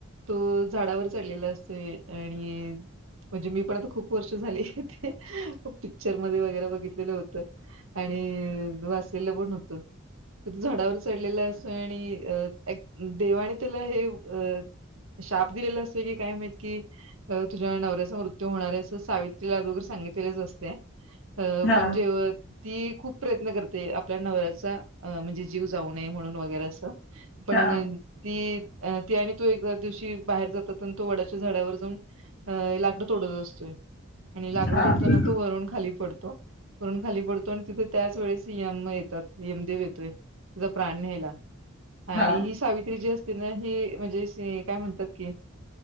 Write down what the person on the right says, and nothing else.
तो झाडावर चढलेला असतोय आणि म्हणजे मी पण आता खूप वर्ष झाले ते पिक्चर मध्ये वगैरे बघितलेलं होतं. आणि वासेला पण होतं तिथं झाडावर चढलेलं अस तोय आणि अ ऍक देवाने त्याला हे अ शाप दिलेला असतोय की काय माहित की तुझ्या नवऱ्याचा मृत्यू होणार आहे असं सावित्रीला अगोदर सांगितलेच असते अ
पण जेव ती खूप प्रयत्न करते आपल्या नवऱ्याचा अ म्हणजे जीव जाऊ नये म्हणून नु वगैरे असं पण
ती अ ती आणि तो एकदा दिवशी बाहेर जातात आन तो वडाच्या झाडावर जाऊन अ लाकडं तोडत असतोय आणि लाकडं
तोडताना तो वरून खाली पडतो. वरून खाली पडतो आणि तिथे त्याच वेळेस यम येतात यमदेव येतोय तिचा प्राण न्यायला आणि
ही सावित्री जी असते ना ही म्हणजे से काय म्हणतात की